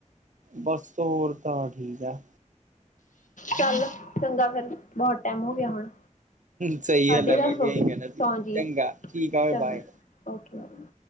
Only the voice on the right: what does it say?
ਬਸ ਹੋਰ ਤਾਂ ਠੀਕ ਆ
ਸਹੀ
ਹੱਲ
ਮੈਂ ਵੀ
ਇਹੀ
ਕਹਿਣਾ ਸੀ
ਚੰਗਾ ਠੀਕ ਆ ਹੋ
ਬਾਏ